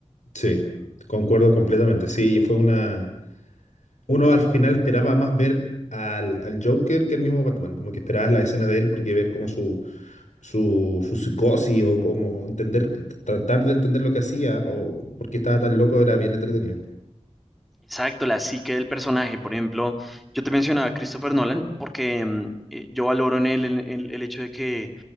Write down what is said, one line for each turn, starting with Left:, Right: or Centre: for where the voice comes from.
Left: sí, concuerdo completamente. Sí, fue una... uno al final esperaba más ver al, al Joker que al mismo Batman, como que esperabas la escena de él porque ver como su, su, su psicosis o como entender, tratar de entender lo que hacía o por qué estaba tan loco era bien entretenido.
Centre: Exacto, la psique del personaje. Por ejemplo, yo te mencionaba a Christopher Nolan porque mm, eh, yo valoro en él el, el- el hecho de que